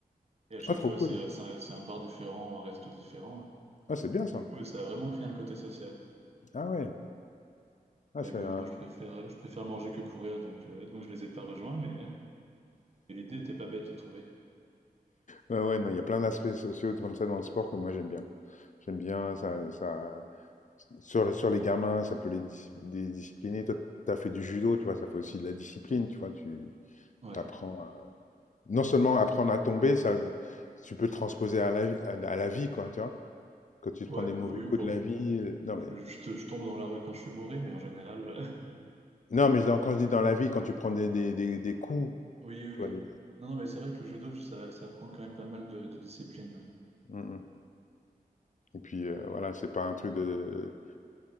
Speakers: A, on the right; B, on the left.
A: Et à chaque
B: Ah, trop
A: fois,
B: cool.
A: c'est euh, c'est un, c'est un bar différent ou un resto différent.
B: Ah, c'est bien
A: Et
B: ça.
A: du coup, ça a vraiment créé un côté social.
B: Ah ouais. Ah,
A: Mais
B: c'est
A: bon,
B: un-
A: moi, je préfère, je préfère manger que courir, donc, euh, donc je les ai pas rejoints, mais euh, l'idée était pas bête, j'ai trouvé.
B: Ouais, ouais, non, il y a plein d'aspects sociaux comme ça dans le sport que moi j'aime bien. J'aime bien ça, ça sur, le- sur les gamins, ça peut les, dis- les discipliner. Toi, tu as fait du judo, tu vois, ça fait aussi de la discipline, tu vois, tu
A: Ouais.
B: t'apprends à- non seulement apprendre à tomber, ça tu peux transposer à la, à, à la vie quoi, tu vois. Quand tu
A: Ouais,
B: te prends des mauvais
A: oui,
B: coups
A: pour
B: de la
A: moi.
B: vie, euh, non
A: Je,
B: mais
A: je te- je tombe dans la rue quand je suis bourré, mais en général, euh,
B: non mais dans- quand je dis dans la vie, quand tu prends des, des, des, des coups,
A: <laughs> oui, oui.
B: tu
A: oui.
B: vois des-
A: Non, non, mais c'est vrai que le judo, ça, ça prend quand même pas mal de, de discipline.
B: Mm, mm. et puis euh, voilà, c'est pas un truc de